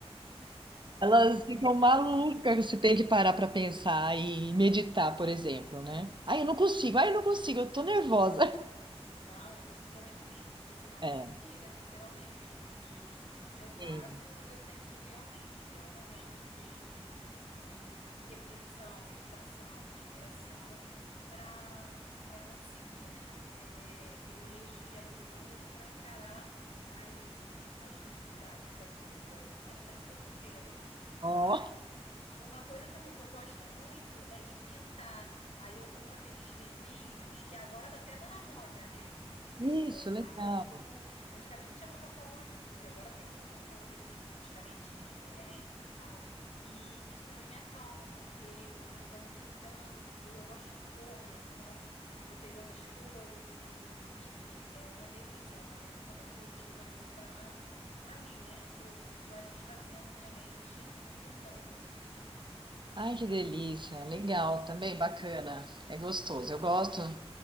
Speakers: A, on the left (about 80°); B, on the right (about 45°).
A: Não,
B: Elas
A: eu tenho que
B: ficam
A: ter o equilíbrio.
B: malucas se tem que parar para pensar e meditar, por exemplo, né? Ai, eu não consigo, ai, eu não consigo, eu tô nervosa. <laughs>
A: Não, tem que ter um equilíbrio, porque senão você
B: É.
A: pira, literalmente. E, e no meu caso,
B: Sim.
A: eu tenho que realmente ter um momento de, de reflexão, meditação, respiração, para para conseguir, né, é, é, ter energia e fôlego para encarar as, as dificuldades da vida, digamos assim. Nossa, até filosofei agora.
B: Ó,
A: Mas uma coisa também que eu gosto muito é de pintar. Aí eu compro aqueles livrinhos que agora tá tendo na moda, né?
B: isso,
A: É,
B: legal.
A: aí eu fico. Antigamente se chamava coloring book, agora tem um outro nome aí, umas canetinhas diferentes e tal. E isso também me acalma, porque eu fico ali pintando e eu gosto de cor, né? Então vou pegando as cores e, e enfim, é uma delícia. É um momento também que eu tiro ali pra, pra mim, né? Tô, tô ali esvaziando minha mente, pintando.
B: Ai, que delícia, legal também, bacana. É gostoso, eu gosto.